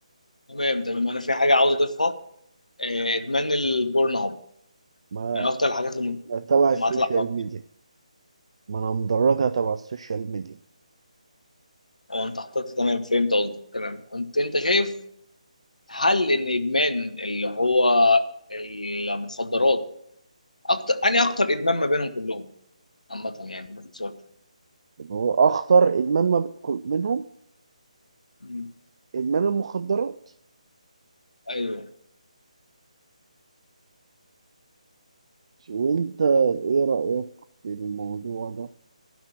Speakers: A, on the left; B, on the right.
A: تمام تمام أنا في حاجة عاوز أضيفها آه، إدمان البورن هاب
B: ما
A: من أكتر الحاجات اللي
B: ما تبع
A: المجتمعات
B: السوشيال
A: العربية
B: ميديا ما انا مدرجها تبع السوشيال ميديا
A: هو انت حطيت تمام فهمت قصدك تمام كنت انت شايف هل ان ادمان اللي هو المخدرات اكتر اني اكتر ادمان ما بينهم كلهم عامه يعني باختصار
B: يعني هو اخطر ادمان ما بيكون منهم
A: مم.
B: إدمان المخدرات
A: ايوه
B: وأنت
A: اوكي
B: إيه رأيك في الموضوع ده